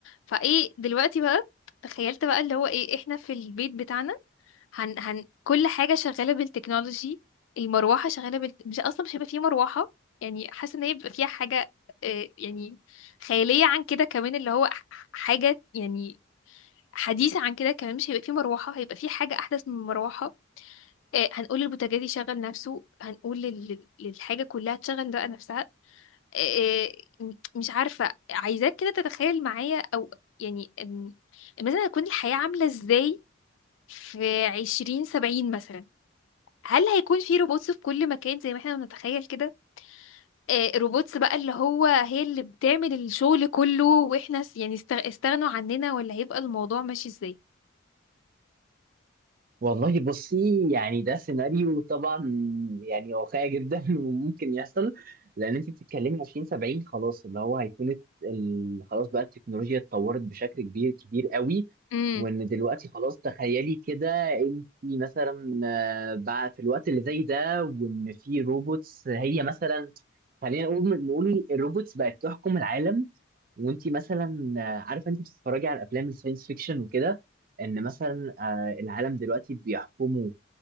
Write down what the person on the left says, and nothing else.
فايه دلوقتي بقى تخيلت بقى اللي هو ايه احنا في البيت بتاعنا هن هن كل حاجة شغالة بالتكنولوجي المروحة شغالة بال مش أصلا مش هيبقى فيه مروحة يعني حاسة إن هي بيبقى فيها حاجة آه، يعني خيالية عن كده كمان اللي هو ح- حاجة يعني حديثة عن كده كمان مش هيبقى فيه مروحة هيبقى فيه حاجة أحدث من المروحة آه، هنقول للبوتاجاز يشغل نفسه هنقول لل- للحاجة كلها تشغل بقى نفسها آه، آه، م- مش عارفة عايزاك كده تتخيل معايا أو يعني أم، مثلا هتكون الحياة عاملة إزاي في عشرين سبعين مثلا هل هيكون في روبوتس في كل مكان زي ما احنا بنتخيل كده آه روبوتس بقى اللي هو هي اللي بتعمل الشغل كله واحنا س- يعني است- استغنوا عننا ولا هيبقى الموضوع ماشي ازاي
امم